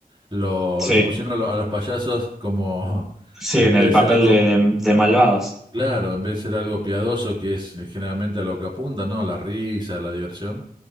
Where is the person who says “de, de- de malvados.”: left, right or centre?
Centre